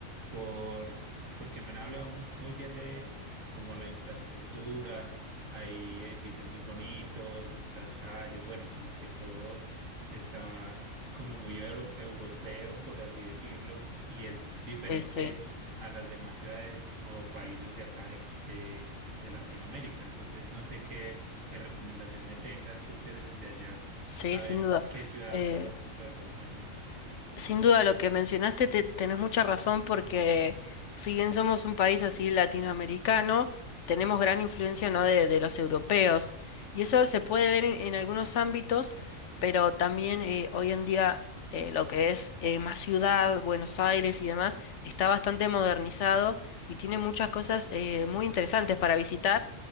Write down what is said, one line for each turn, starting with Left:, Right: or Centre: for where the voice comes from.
Right: por, porque me han hablado muy bien de como la infraestructura, hay edificios muy bonitos, las calles, bueno, como que todo está como muy euro- europeo, por así decirlo, y es diferente
Left: Eh, sí,
Right: a las demás ciudades o países de acá de, de, de Latinoamérica. Entonces, no sé qué, qué recomendación me tengas tú que eres de allá,
Left: sí,
Right: a
Left: sin
Right: ver
Left: duda.
Right: qué ciudad
Left: Eh,
Right: puedo, puedo conocer mejor.
Left: Sin duda, lo que mencionaste, te- tenés mucha razón porque si bien somos un país así latinoamericano, tenemos gran influencia ¿no? de, de los europeos. Y eso se puede ver en, en algunos ámbitos, pero también eh, hoy en día eh, lo que es eh, más ciudad, Buenos Aires y demás, está bastante modernizado y tiene muchas cosas eh, muy interesantes para visitar.